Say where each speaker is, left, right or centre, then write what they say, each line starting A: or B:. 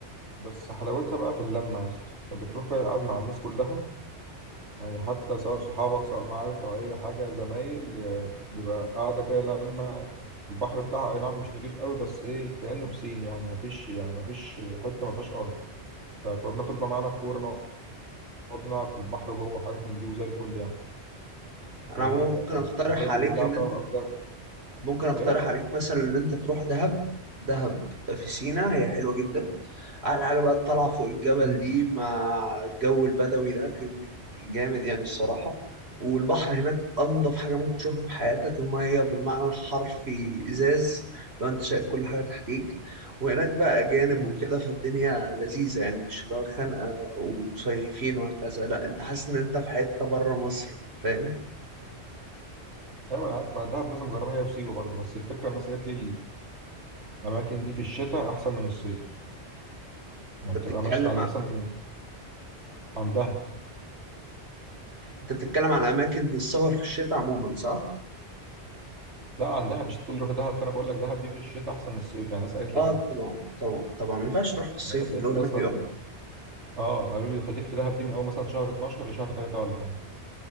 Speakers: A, on the right; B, on the right.
A: بس حلاوتها بقى في اللمه يا اسطى انت بتروح كده قاعد مع الناس كلها يعني حتى سواء صحابك سواء معارف او اي حاجه زمايل آه، بيبقى قاعده كده لما البحر بتاعها اي نعم مش نضيف قوي بس ايه كانه بسين يعني مفيش يعني مفيش حته مفيهاش ارض طيب كنا بناخد بقى معانا الكوره نقعد نلعب في البحر جوه حاجات من دي وزي الفل يعني أنت
B: أنا
A: فاهمني
B: عموما
A: فكانت
B: ممكن أقترح
A: حلو
B: عليك
A: ونلعب
B: إن أنت
A: بقى ونأجر
B: ممكن أقترح
A: ايه
B: عليك مثلا إن أنت تروح دهب دهب في سينا هي حلوة جدا على حاجة بقى الطلعة فوق الجبل
A: مم.
B: دي مع الجو البدوي ده كان جامد يعني الصراحة والبحر هناك أنضف حاجة ممكن تشوفها في حياتك المية بالمعنى الحرفي إزاز لو أنت شايف كل حاجة تحتيك وهناك بقى أجانب
A: مم.
B: وكده فالدنيا لذيذة يعني مش اللي هو خانقة ومصيفين وهكذا لا أنت حاسس إن أنت في حتة بره مصر أنت فاهم؟
A: ايوه انا عارف دهب لازم اجربها هي وسيوه برضو بس الفكره الناس قالت لي الاماكن دي في الشتاء احسن من الصيف يعني
B: أنت
A: بتبقى
B: بتتكلم
A: ماشيه عن
B: عن
A: مثلا عن دهب
B: أنت بتتكلم عن أماكن السفر في الشتاء عموما صح؟
A: لا عن دهب مش تقول روح دهب فانا بقول لك دهب دي في الشتاء احسن من الصيف يعني الناس قالت
B: آه
A: لي كده
B: طبعا طبعا طبعا ما ينفعش تروح في الصيف
A: يعني الناس
B: الجو
A: قالت لي
B: هناك
A: اصلا
B: بيبقى
A: اه قالوا لي خليك في دهب دي من اول مثلا شهر 12 لشهر 3 ولا حاجه